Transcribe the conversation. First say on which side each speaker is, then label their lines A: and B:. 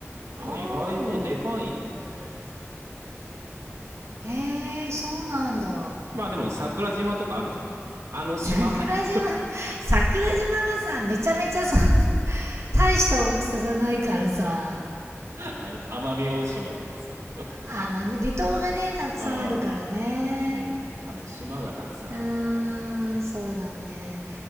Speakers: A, on the right; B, on the right.
A: だから意外とでかいんだね。
B: おー。えー、そうなんだ。
A: まあでも桜島とかあんじゃん。あの島
B: 桜島、
A: <laughs>
B: 桜島はさ、めちゃめちゃそんな、大した大きさじゃないからさ。
A: あの奄美大島とかさ。
B: あ、まあね、離島がね、たくさんあるからね。
A: うん。うん。多分島がたくさんあるからじゃないかな。
B: うーん、そうだね。